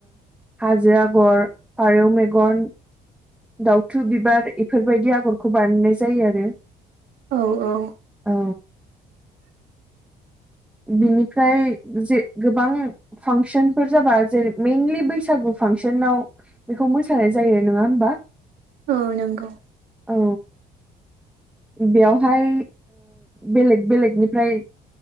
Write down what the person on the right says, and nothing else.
औ औ
<inaudible>
औ नंगौ